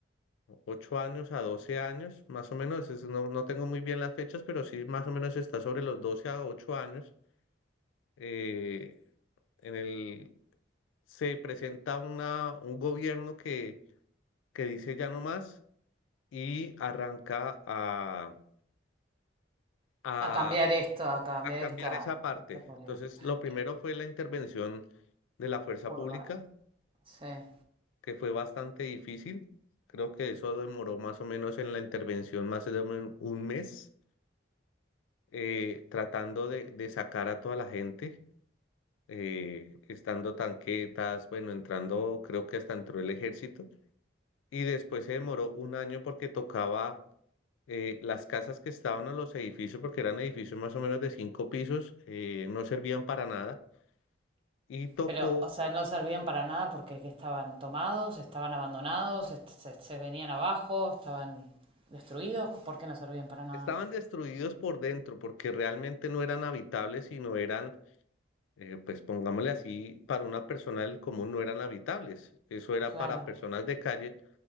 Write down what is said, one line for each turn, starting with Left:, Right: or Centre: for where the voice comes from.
Left: ocho años a 12 años, más o menos, es- no, no tengo muy bien las fechas, pero sí más o menos está sobre los 12 a 8 años. eh, en el, se presenta una, un gobierno que, que dice ya no más y arranca a, a
Right: A cambiar esto, a cambiar
Left: a cambiar
Right: esta,
Left: esa parte.
Right: esta política.
Left: Entonces, lo primero
Right: Y
Left: fue la intervención de la fuerza
Right: urbana.
Left: pública,
Right: Sí.
Left: que fue bastante difícil. Creo que eso demoró más o menos en la intervención más de un un mes, eh, tratando de, de sacar a toda la gente, eh, estando tanquetas, bueno, entrando, creo que hasta entró el ejército. Y después se demoró un año porque tocaba eh, las casas que estaban a los edificios, porque eran edificios más o menos de cinco pisos, eh, no servían para nada. Y tocó
Right: Pero, o sea, no servían para nada porque estaban tomados, estaban abandonados, est- se, se venían abajo, estaban destruidos. ¿Por qué no servían para nada?
Left: Estaban destruidos por dentro porque realmente no eran habitables, sino eran, eh, pues pongámosle así, para una persona del común no eran habitables. Eso era
Right: Claro.
Left: para personas de calle